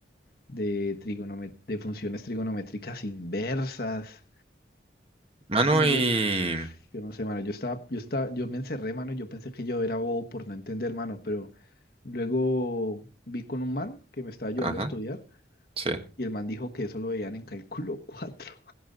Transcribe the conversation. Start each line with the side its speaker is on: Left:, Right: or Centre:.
Left: de, trigonome- de funciones trigonométricas inversas.
Right: Mano,
Left: Mano, yo,
Right: y...
Left: yo no sé, mano, yo estaba, yo estaba, yo me encerré, mano, yo pensé que yo era bobo por no entender, mano, pero luego vi con un man que me estaba ayudando
Right: Ajá,
Left: a estudiar
Right: sí.
Left: y el man dijo que eso lo veían en cálculo <laughs> 4.